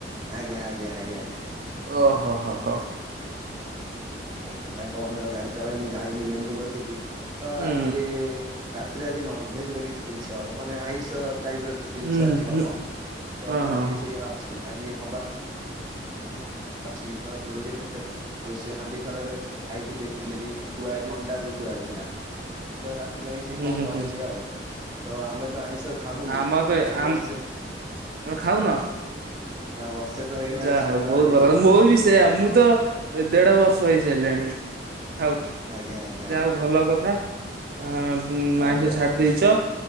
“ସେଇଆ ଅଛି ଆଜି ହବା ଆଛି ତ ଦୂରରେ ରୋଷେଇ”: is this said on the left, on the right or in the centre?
Right